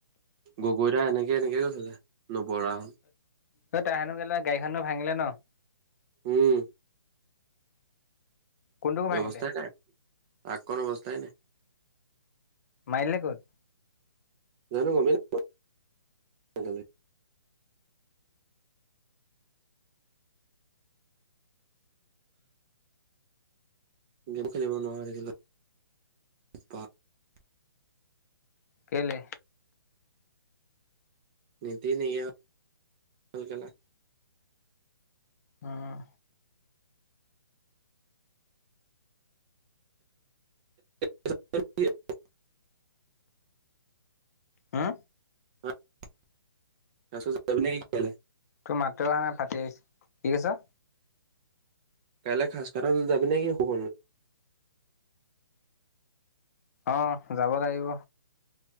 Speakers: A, on the right (about 20°); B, on the left (about 40°).
A: গগৈদা এনেকে এনেকে গৈছিলে, নবৰা
B: ত তাৰহেনো কেলা গাড়ীখনো ভাঙিলে ন?
A: উম।
B: কোনটোকো ভাঙিলে
A: অৱস্থাই নাই, ট্ৰাক খন অৱস্থাই নাই।
B: মাৰি দিলে ক'ত?
A: জানো গমেই নাই পোৱা। হা <unintelligible> গেম খেলিব নোৱাৰা হৈ থাকিলো <unintelligible>
B: কেলে?
A: নেটেই নাইকিয়া হ'ল <unintelligible>
B: হুম!
A: <unintelligible>
B: হা?
A: <unintelligible> যাবি না কি কাইলে?
B: তোৰ মাতটোৱে অহা নাই ফাটি আহিছে। কি কৈছ?
A: কাইলৈ খাজ <unintelligible> যাবি না কি সুব
B: অঁ যাব লাগিব।